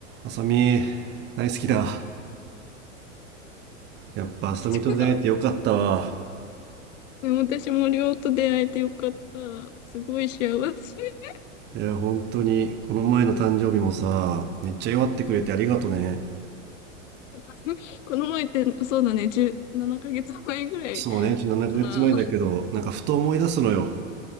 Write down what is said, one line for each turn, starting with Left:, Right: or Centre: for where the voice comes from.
Right: あさみ、大好きだ。やっぱあさみと出会えてよかったわ。
Left: <laughs> ちかさんでも私もりょうと出会えてよかった。すごい幸せ。
Right: いや、本当に、この前の誕生日もさ、めっちゃ祝ってくれてありがとね。
Left: <laughs> この前って、そうだね、17ヶ月前ぐらい
Right: そうね、ちょっと7ヶ月前だけど、
Left: かな。
Right: なんかふと思い出すのよ。